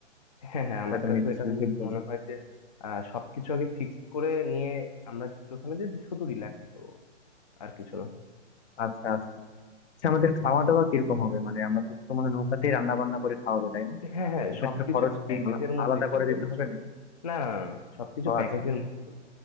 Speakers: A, on the left (about 35°); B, on the left (about 65°).
A: হ্যাঁ হ্যাঁ আমার
B: এটা তুমি
A: কাছে
B: আসলে
A: এটা
B: ঠিক বলছো
A: মনে হয় যে আহ সবকিছু আগে ফিক্সড করে নিয়ে আমরা just ওখানে যে শুধু রিল্যাক্স করবো আর কিছু না
B: আচ্ছা আচ্ছা আচ্ছা আমাদের খাওয়া দাওয়া কিরকম হবে মানে আমরা তো তো মানে নৌকাতেই রান্না বান্না করে খাওয়া হবে তাই না
A: হ্যাঁ হ্যাঁ
B: এক্ষেত্রে
A: সবকিছু
B: খরচ
A: একটা
B: কি
A: প্যাকেজের
B: আলা-
A: মধ্যেই
B: আলাদা
A: থাকবে
B: করে দিতে
A: বুঝছো
B: হবে নাকি
A: না না না না, সবকিছু
B: ও
A: প্যাকেজের
B: আচ্ছা আচ্ছা
A: মধ্যেই